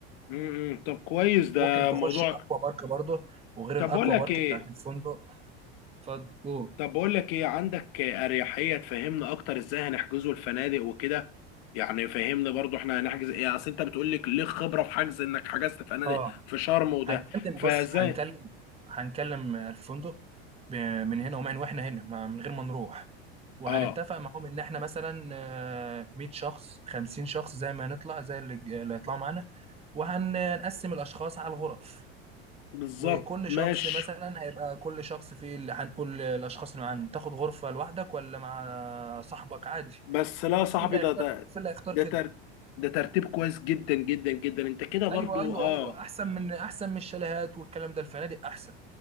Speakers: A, on the left; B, on the right.
A: امم طب كويس ده
B: ممكن تخش
A: موضوع
B: الاكوا بارك برضه وغير
A: طب
B: الاكوا
A: بقول لك
B: بارك
A: ايه
B: بتاعت الفندق اتفضل قول
A: طب بقول لك ايه عندك اريحيه تفهمنا اكتر ازاي هنحجزه الفنادق وكده يعني فهمني برضو احنا هنحجز ايه اصل انت بتقول لك ليه خبره في حجز انك حجزت فنادق
B: اه
A: في شرم وده
B: هنكلم
A: فازاي
B: بص هنكلم هنكلم الفندق ب- من هنا ومن واحنا هنا ما- من غير ما نروح وهنتفق
A: اه
B: معاهم ان احنا مثلا آه، 100 شخص 50 شخص زي ما نطلع زي اللي اللي هيطلعوا معانا وهنقسم الاشخاص على الغرف
A: بالظبط
B: وكل
A: ماشي
B: شخص مثلا هيبقى كل شخص فيه اللي هنقول الاشخاص اللي معانا تاخد غرفة لوحدك ولا مع صاحبك عادي
A: بس لا يا صاحبي
B: في اللي
A: ده
B: هيختار
A: ده
B: كده في اللي هيختار
A: ده
B: كده
A: تر... ده ترتيب كويس جدا جدا جدا انت كده برضو
B: ايوه ايوه
A: اه
B: ايوه احسن من احسن من الشاليهات والكلام ده الفنادق احسن